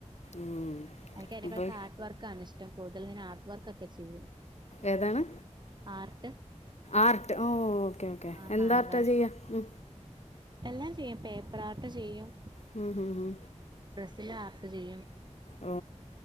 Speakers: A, on the left; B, on the right.
A: ഉം.
B: എനിക്ക് അയിനെക്കാർട്ട്‌
A: അപ്പോൾ
B: വർക്കാണ് ഇഷ്ടം കൂടുതൽ ഞാൻ ആർട്ട് വർക്ക് ഒക്കെ ചെയ്യല്
A: ഏതാണ്
B: ആർട്ട്
A: ആർട്ട് ഓ ഓ ഓക്കേ ഓക്കേ
B: ആഹ്
A: എന്താർട്ടാ
B: ഹാൻഡ് വർക്ക്
A: ചെയ്യാ മ്
B: എല്ലാം ചെയ്യും പേപ്പറാർട്ട് ചെയ്യും
A: ഹ് ഹ് ഹ്
B: പിന്നെ ആർട്ട് ചെയ്യും
A: ഓ